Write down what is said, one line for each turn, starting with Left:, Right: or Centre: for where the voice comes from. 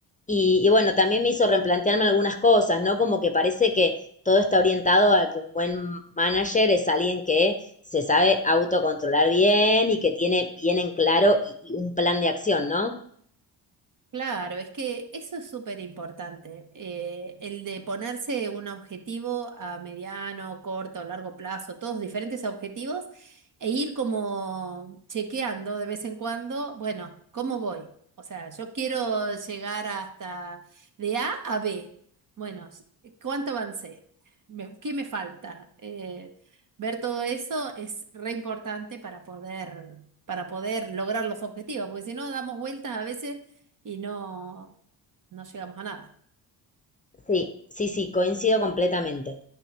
Left: Y, y bueno, también me hizo replantearme algunas cosas, ¿no? Como que parece que todo está orientado a que un buen manager es alguien que se sabe autocontrolar bien y que tiene bien en claro y, y un plan de acción, ¿no?
Right: Claro, es que eso es súper importante, eh, el de ponerse un objetivo a mediano, corto, largo plazo, todos diferentes objetivos, e ir como chequeando de vez en cuando, bueno, ¿cómo voy? O sea, yo quiero llegar hasta de A a B. Bueno, ¿cuánto avancé? Me- ¿qué me falta? Eh, ver todo eso es re importante para poder, para poder lograr los objetivos, porque si no, damos vueltas a veces y no, no llegamos a nada.
Left: Sí, sí, sí, coincido completamente.